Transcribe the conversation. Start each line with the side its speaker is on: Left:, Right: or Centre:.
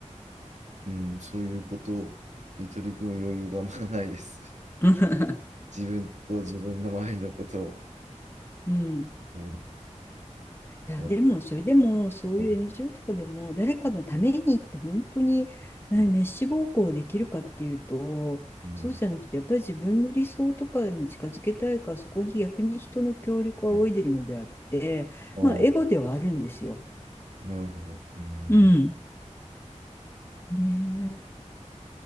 Right: うん、そういうことに取り組む余裕があんまないです。<laughs>
Left: <laughs>
Right: 自分と自分の周りのことを。
Left: うん。
Right: うん。
Left: いや、
Right: なんか
Left: でも、それでも、そういう
Right: はい。
Left: NGO とかでも、誰かのためにって本当に、ね滅私暴行できるかっていうと、
Right: はい。うん。
Left: そうじゃなくて、やっぱり自分の理想とかに近づけたいから、そこに逆に人の協力を仰いでるのであって、
Right: はい。ああ、
Left: まあ、エゴではあるんですよ。
Right: なるほど。うん。
Left: うん。ねえ、や